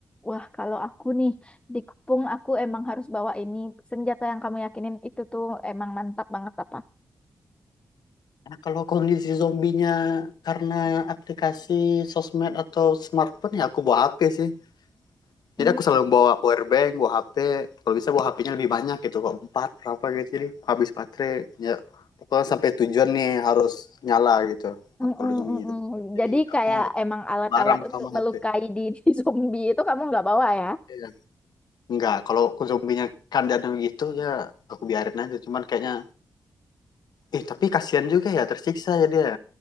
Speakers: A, on the left; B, on the left.
A: wah kalau aku nih dikepung aku emang harus bawa ini senjata yang kamu yakinin itu tuh emang mantap banget apa?
B: Nah, kalau kondisi zombinya karena aplikasi sosmed atau smartphone ya aku bawa HP sih.
A: Hmm,
B: Jadi aku selalu bawa power bank, bawa HP. Kalau bisa bawa HP-nya lebih banyak gitu, kok empat berapa gitu. Jadi habis baterai, ya pokoknya sampai tujuan nih harus nyala gitu.
A: mm,
B: Kalau
A: mm,
B: zombie
A: mm,
B: gitu.
A: mm.
B: Jadi
A: Jadi kayak
B: aku
A: emang alat-alat
B: barang pertama
A: untuk melukai
B: HP.
A: di <laughs> di zombie itu kamu nggak bawa ya?
B: Iya. Enggak, kalau aku zombinya kandang gitu ya aku biarin aja. Cuman kayaknya, eh tapi kasihan juga ya, tersiksa ya dia.